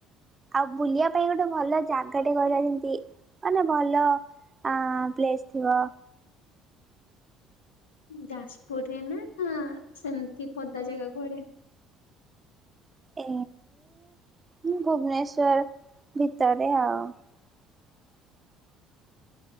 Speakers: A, on the right; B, on the left.
A: ଆଉ ବୁଲିବା ପାଇଁ ଗୋଟେ ଭଲ ଜାଗାଟେ କହିଲ ଯେମତି ମାନେ ଭଲ ଆଁ ପ୍ଲେସ ଥିବ।
B: ଯାଜପୁର ରେ ନା ନା ସେମିତି ପଦା ଜାଗା କୁଆଡେ?
A: ଏ ଭୁବନେଶ୍ୱର ଭିତରେ ଆଉ। <inaudible>